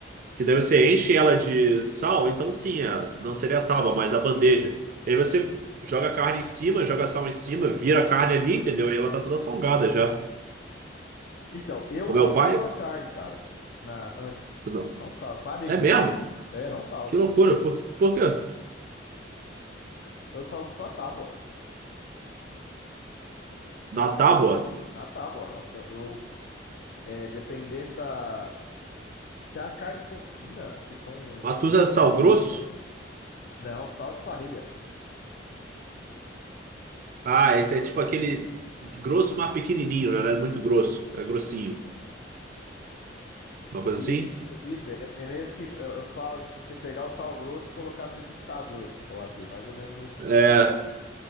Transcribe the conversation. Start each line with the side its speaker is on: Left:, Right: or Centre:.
Right: Que daí você enche ela de sal, então sim, a- não seria a tábua, mas a bandeja. E aí você joga a carne em cima, joga sal em cima, vira a carne ali, entendeu? E ela tá toda salgada já.
Left: Então, eu
Right: O
Left: não
Right: meu
Left: salgo
Right: pai,
Left: a carne, cara. Na, antes.
Right: não.
Left: Não salgo. Parei
Right: É
Left: com
Right: mesmo?
Left: isso. É, não salgo.
Right: Que loucura. Por, por quê?
Left: Eu salgo só a tábua.
Right: Na tábua,
Left: Na tábua. Eu, eu- é, dependendo da. Se a carne for fina, se for um,
Right: mas tu
Left: um bife
Right: usa sal
Left: mais fininho,
Right: grosso?
Left: não, sal de parrilha.
Right: Ah, esse é tipo aquele grosso, mas pequenininho, né? Não é muito grosso, é grossinho. Uma coisa
Left: Isso,
Right: assim?
Left: isso. É, é meio que eu, eu falo, tipo, você pegar o sal grosso e colocar no liquidificador, assim, pra bater. Mais ou menos assim.
Right: É,
Left: Ele fica.